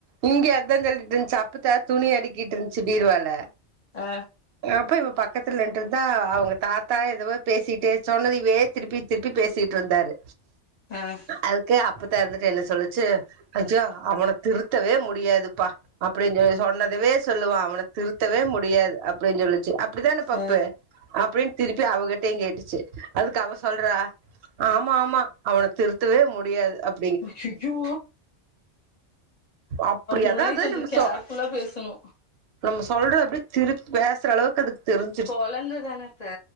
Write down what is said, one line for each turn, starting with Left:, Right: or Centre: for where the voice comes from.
Right: இங்க அதா சொல்ட்டு இருந்துச்சு அப்பத்தா துணி அடிக்கிட் ருந்துச்சு பீர்வால
Left: ஆ
Right: அப்ப இவ பக்கத்துல நின்ட்டு இருந்தா அவ்ங்க தாத்தா எதவோ பேசிக்கிட்டே சொன்னதிவே திருப்பி திருப்பி பேசிட்டு இருந்தாரு
Left: ஆஹ்
Right: அதுக்கு அப்பத்தா இருந்துட்டு என்ன சொல்லுச்சு கொஞ்சோ அவன திருத்தவே முடியாதுப்பா அப்டின் சொல்லி சொன்னதவே சொல்லுவா அவன திருத்தவே முடியாது அப்டின் சொல்லிச் சு அப்டிதான பப்பு
Left: ஆ
Right: அப்டின் திருப்பி அவகிட்டே கேட்டுச்சு அதுக்கு அவ சொல்றா ஆமா ஆமா அவன திருத்தவே முடியாது அப்
Left: அய்யய்யோ
Right: அப்டி
Left: முன்னாடி
Right: அதாது
Left: கொஞ்சோ
Right: நம்ம சொ
Left: கேர்ஃபுல்லா பேசணு
Right: நம்ம சொல்றது திருப் பேசற அளவ் அதுக்கு தெரிஞ்
Left: கொழந்த தான அத்த